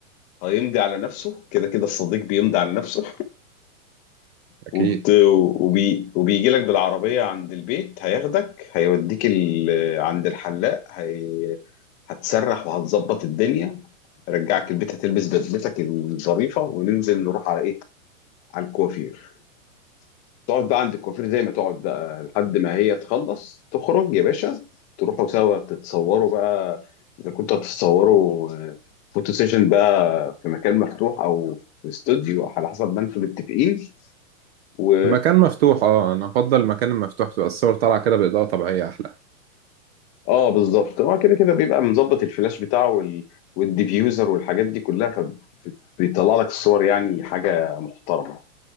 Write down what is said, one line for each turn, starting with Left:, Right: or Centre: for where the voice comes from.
Left: هيمضي على نفسه كده كده الصديق بيمضي على نفسه
Right: اكيد
Left: وبت... وبي... وبيجي لك بالعربية عند البيت هياخدك هيوديك ال... عند الحلاق هي... هتسرح وهتظبط الدنيا رجعك البيت هتلبس بدلتك الظريفة وننزل نروح على ايه على الكوافير تقعد بقى عند الكوافير زي ما تقعد بقى لحد ما هي تخلص تخرج يا باشا تروحوا سوا تتصوروا بقى اذا كنتوا هتتصوروا آه، فوتو سيشن بقى في مكان مفتوح او في استوديو على حسب ما انتم متفقين و...
Right: في مكان مفتوح اه انا افضل المكان المفتوح تبقى الصور طالعه كده باضاءه طبيعيه احلى
Left: اه بالظبط هو كده كده بيبقى مظبط الفلاش بتاعه وال... والديفيوزر والحاجات دي كلها فبيطلع لك الصور يعني حاجه محترمه